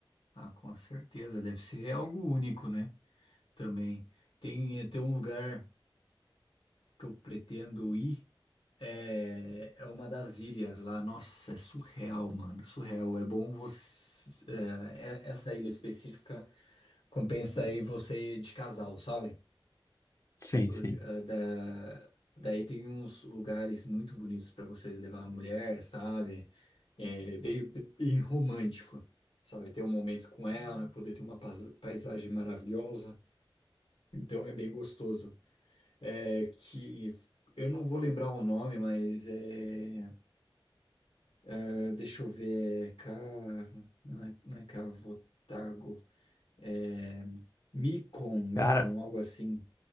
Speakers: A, on the left (about 80°); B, on the left (about 35°).
A: Ah, com certeza, deve ser algo único, né? Também. Tem, eh, tem um lugar que eu pretendo ir, é, é uma das ilhas lá. Nossa, é surreal, mano, surreal. É bom você. eh, é- essa ilha específica compensa aí você ir de casal, sabe?
B: Sim,
A: Porque,
B: sim.
A: ah, da, daí tem uns lugares muito bonitos para você levar a mulher, sabe? É, bem, bem romântico, sabe? Ter um momento com ela, poder ter uma pais- paisagem maravilhosa. Então é bem gostoso. É que eu não vou lembrar o nome, mas é, é, deixa eu ver, é Ca, não é, não é Cavotago, é Micon, Micon,
B: Cara,
A: algo assim.